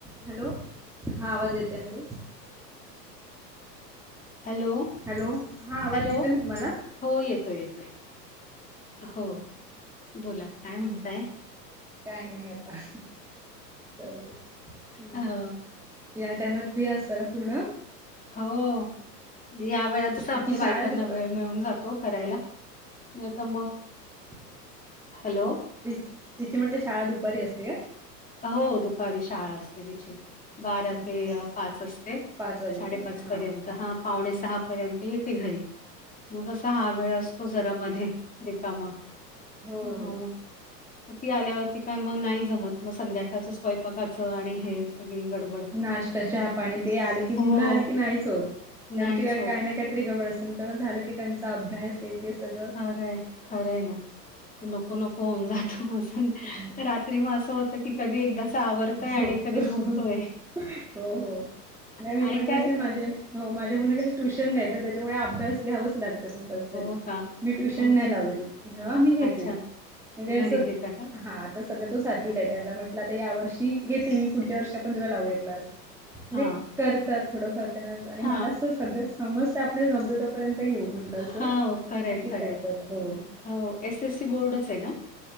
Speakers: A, in the centre; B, on the left.
A: Hello हा आवाज येते ना ते
B: हॅलो
A: हॅलो हा आवाज
B: हॅलो.
A: येतोय ना तुम्हाला
B: हो येतोय येतोय हो बोला काय म्हणताय
A: काही नाही आता चलले हम्
B: हो,
A: या टाइमात फ्री असत ना पूर्ण
B: हो या वेळा जस आपल्या
A: ती शाळा
B: बायकांना
A: दुपार
B: वेळ मिळून जातो करायला नाही तर मग
A: ह
B: हॅलो
A: ति तिची म्हटलं शाळा दुपारी असते का
B: हो दुपारी शाळा असते तिची बारा
A: अच्छा
B: ते पाच असते
A: पाच वाजेपर्यंत
B: साडेपाच
A: हा
B: पर्यंत हा पावणे सहा पर्यंत येते घरी मग असा हा वेळ असतो जरा मध्ये रिकामा
A: हो
B: हा
A: हो
B: मग ग ती आल्यावरती काय मग नाही जमत मग संध्याकाळचं स्वयंपाकाचं आणि हे सगळी गड
A: नाश्ता चहा पाणी ते आले की
B: हो.
A: मुलं आले की नाहीच होत
B: नाहीच
A: त्यांची का
B: होत.
A: काय ना काही तरी गबड अस झालं की त्यांचा अभ्यास आहे ते सगळं
B: खरंय खरं आहे ना ते नको नको होऊन जातो मस
A: हम्
B: रात्री म असं होत क कधी एकदाच आवरतोय
A: झोपतो
B: आणि कधी
A: हो
B: झोपतोय
A: हो नाही मी
B: आणि
A: पण
B: काय
A: कसे माझे हो माझ्या मुना कस ट्युशन नाही तर त्याच्यामुळे अ्यास घ्यावंच लागत कंपल्सरी
B: हो का?
A: मी ट्युशन
B: हो
A: नाही
B: घरी
A: लावले मी घेते
B: अच्छा,
A: म्हणजे
B: घरी
A: असं
B: घेता का?
A: हात आ सध्या तो सातवीला
B: हां,
A: आहे त्याला म्हटलं आता या वर्षी घेते मी पुढच्या वर्षी आपण तुला लावूया क्लास म्हणजे
B: हां,
A: करतात थोडंफर त्यांना आणि
B: हां,
A: मला असं सध्या समजत आपल्याला जमत तपर्यंत ता येऊ म्हटलं असं
B: हां. हो, खरंय,
A: बाकी
B: खरंय.
A: करतात हो
B: हो एसएससी बोर्डच आहे ना